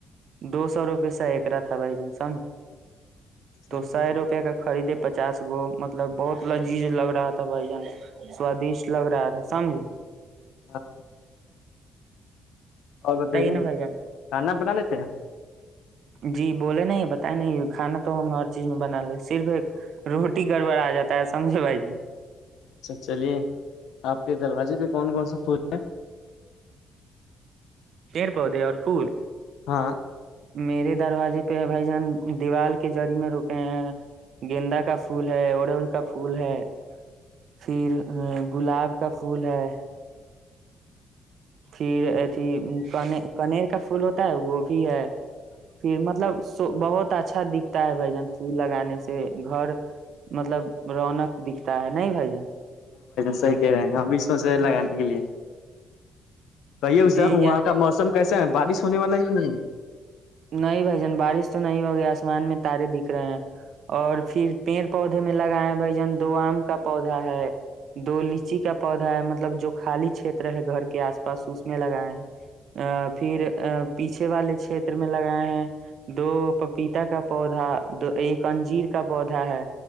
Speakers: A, on the right; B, on the left.
A: دو سو روپے سے ا ایک را تھا بھائی جان سمجھ تو
B: چلیے
A: سو روپے کا خریدے پچاس گو مطلب بہت لذیذ لگ رہا تھا بھجن سوادشٹ لگ رہا تھا سمجھے
B: <unintelligible> اور بتائیے
A: نا بھائی
B: کھانا
A: جان
B: بنا لیتے ہیں
A: جی بولے نہیں بتائے نہیں کھانا تو ہم ہر چیز میں بنا لیں صرف ایک روٹی گڑبڑ آ جاتا ہے سمجھے بھائی ج
B: اچھا چلیے آپ کے دروازے پ کون کون سا پھول ہے
A: پیڑ پودے اور پھول
B: ہاں
A: میرے دروازے پہ ہے بھائی جان دیوال کے کے جااری میں روکے ہیں گیندا کا پھول ہے اڑول کا پھول ہے پھر ہ گلاب کا پھول ہے پھر اھی ک کنیر کا پھول ہوتا ہے وہ بھی ہے پھر مطلب سو بہت اچھا دکھتا ہے بھ جن پھول لگانے سے گھر مطلب رونق دکھتا ہے نہیں بھ جن
B: صحی کہہ رہے ہیں ہمب بھی سوچ رہے ہیں لگانے کے لیے کہیے اسے
A: جی یہ
B: وہاں کا موسم کیسا ہے بارش ہونے والا ہے کہ نہیں
A: نہیں بھ جن بارش تو نہیں ہو گئی آسمان میں تارے دکھ رہے ہیں اور پھر پیڑ پودے میں لگائے بھ جن دو آم کا پودا ہے دو لیچی کا پودا ہے مطلب جو خالی چھیت ہے گھر کے آس پاس اس میں لگائے ہیں ا پھر ا پیھے والے چھیت چر میں لگائے ہیں دو پپیتا کا پودا دو ایک انجیر کا پودا ہے